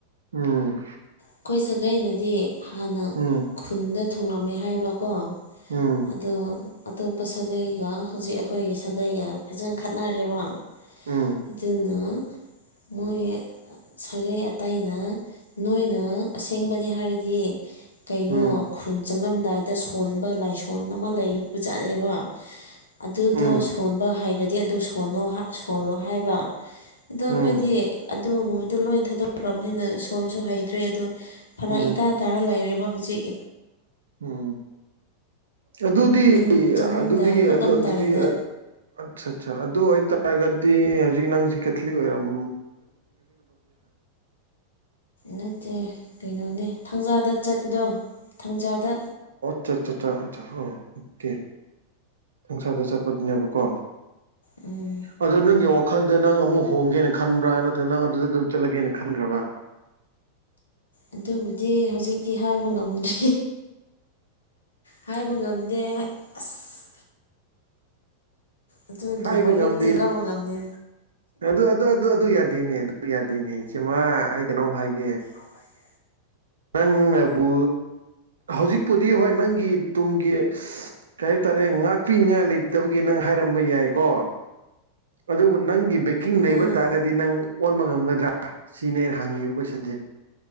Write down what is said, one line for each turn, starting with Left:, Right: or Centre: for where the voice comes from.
Right: ꯎꯝ
Left: ꯑꯩꯈꯣꯏ ꯁꯥꯒꯩꯅꯗꯤ ꯍꯥꯟꯅ
Right: ꯎꯝ
Left: ꯈꯨꯟꯗ ꯊꯨꯡꯉꯂꯝꯃꯦ ꯍꯥꯏꯕꯀꯣ
Right: ꯎꯝ
Left: ꯑꯗꯣ ꯑꯇꯣꯞꯄ ꯁꯥꯒꯩꯒ ꯍꯧꯖꯤꯛ ꯑꯩꯈꯣꯏꯒꯤ ꯁꯥꯒꯩꯒ ꯐꯖꯅ ꯈꯠꯅꯔꯦꯕ
Right: ꯎꯝ
Left: ꯑꯗꯨꯅ ꯃꯣꯏ ꯁꯥꯒꯩ ꯑꯇꯩꯅ ꯅꯣꯏꯅ ꯅꯪ ꯑꯁꯦꯡꯕꯅꯤ ꯍꯥꯏꯔꯗꯤ ꯀꯩꯅꯣ
Right: ꯎꯝ
Left: ꯈꯨꯟ ꯆꯪꯂꯝꯗꯥꯏꯗ ꯁꯣꯟꯕ ꯂꯥꯏꯁꯣꯟ ꯑꯃ ꯂꯩꯕꯖꯥꯠꯅꯦꯕ ꯑꯗꯨꯗꯣ
Right: ꯎꯝ
Left: ꯁꯣꯟꯕ ꯍꯩꯔꯗꯤ ꯑꯗꯨ ꯁꯣꯟꯅꯣ ꯁꯣꯜꯂꯣ ꯍꯥꯏꯕ ꯑꯗꯣ ꯑꯩꯈꯣꯏꯗꯤ
Right: ꯎꯝ
Left: ꯑꯗꯨꯒꯨꯝꯕꯗꯣ ꯂꯣꯏ ꯊꯥꯗꯣꯛꯈ꯭ꯔꯕꯅꯤꯅ ꯁꯣꯝꯁꯨ ꯍꯩꯇ꯭ꯔꯦ ꯑꯗꯣ ꯐꯅꯛ
Right: ꯎꯝ
Left: ꯏꯇꯥ ꯇꯥꯔ ꯂꯩꯔꯦ ꯍꯧꯖꯤꯛ
Right: ꯎꯝ ꯑꯗꯨꯗꯤ
Left: ꯈꯨꯟ ꯆꯪꯂꯝꯗꯥꯏ
Right: ꯑꯗꯨꯗꯤ
Left: ꯈꯣꯠꯂꯝꯗꯥꯏꯗ
Right: ꯑꯗꯨ ꯑꯗꯨꯗꯤ ꯑꯠꯆꯥ ꯑꯠꯆꯥ ꯑꯗꯨ ꯑꯣꯏꯇꯥꯔꯒꯗꯤ ꯍꯧꯖꯤꯛ ꯅꯪꯁꯤ ꯀꯦꯊꯂꯤꯛ ꯑꯣꯏꯔꯝ
Left: ꯅꯠꯇꯦ ꯀꯩꯅꯣꯅꯦ ꯊꯥꯡꯖꯥꯗ ꯆꯠꯄꯗꯣ ꯊꯥꯡꯖꯥꯗ
Right: ꯆꯠ ꯆ ꯆ ꯑ ꯑꯣꯀꯦ ꯊꯪꯁꯥꯗ ꯆꯠꯄꯗꯨꯅꯦꯕꯀꯣ
Left: ꯎꯝ
Right: ꯑꯗꯣ ꯅꯪꯒꯤ ꯋꯥꯈꯜꯗ ꯅꯪ ꯑꯃꯨꯛ ꯍꯣꯡꯒꯦꯅ ꯈꯟꯕ꯭ꯔꯥ ꯅꯠꯇ꯭ꯔꯒ ꯅꯪ ꯑꯗꯨꯗ ꯑꯗꯨꯝ ꯆꯠꯂꯒꯦꯅ ꯈꯟꯈ꯭ꯔꯕ꯭ꯔꯥ
Left: ꯑꯗꯨꯕꯨꯗꯤ ꯍꯧꯖꯤꯛꯇꯤ ꯍꯥꯏꯕ ꯉꯝꯗ꯭ꯔꯤ ꯍꯥꯏꯕ ꯉꯝꯗꯦ ꯑꯁ ꯑꯗꯨꯒꯤ
Right: ꯍꯥꯏꯕ
Left: ꯋꯥꯔꯦꯞꯇꯤ
Right: ꯉꯝꯗꯦ
Left: ꯂꯧꯕ ꯉꯝꯅꯤ
Right: ꯑꯗꯨ ꯑꯗꯨ ꯑꯗꯨ ꯑꯗꯨ ꯌꯥꯗꯦꯅꯦ ꯑꯗꯨ ꯌꯥꯗꯦꯅꯤ ꯏꯆꯦꯃ ꯑꯩ ꯀꯩꯅꯣꯝ ꯍꯥꯏꯒꯦ
Left: ꯣꯡꯉꯥꯏꯒ
Right: ꯅꯪ ꯑꯕꯨ ꯍꯧꯖꯤꯛꯄꯨꯗꯤ ꯍꯣꯏ ꯅꯪꯒꯤ ꯇꯨꯡꯒꯤ ꯀꯩ ꯍꯥꯏꯇꯥꯔꯦ ꯉꯥꯛꯄꯤꯅꯤꯉꯥꯏ ꯂꯩ ꯐꯠꯇꯕꯒꯤ ꯅꯪ ꯍꯥꯏꯔꯝꯕ ꯌꯥꯏꯀꯣ ꯑꯗꯨꯕꯨ ꯅꯪꯒꯤ ꯕꯦꯛꯀꯤꯡ ꯂꯩꯕ
Left: ꯎꯝ
Right: ꯇꯥꯔꯒꯗꯤ ꯅꯪ ꯑꯣꯟꯕ ꯉꯝꯒꯗ꯭ꯔꯥ ꯁꯤꯅꯦ ꯑꯩꯅ ꯍꯪꯉꯤꯕ ꯀꯣꯏꯁꯟꯁꯦ